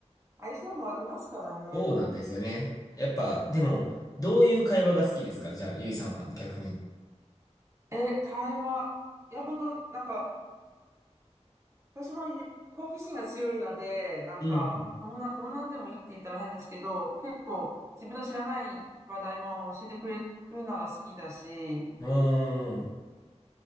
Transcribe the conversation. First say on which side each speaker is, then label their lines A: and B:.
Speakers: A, on the right; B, on the left.
A: 相性もありますからね。
B: そうなんですよね。やっぱ、でも、どういう会話が好きですかじゃあ、ゆいさんは逆に。
A: え、会話。いや、本当なんか、私もい好奇心が強いので、なんか、
B: うん。
A: どんな、どんなんでもいいって言ったら変ですけど、結構自分の知らない話題も教えてくれるなら好きだし、
B: うーん。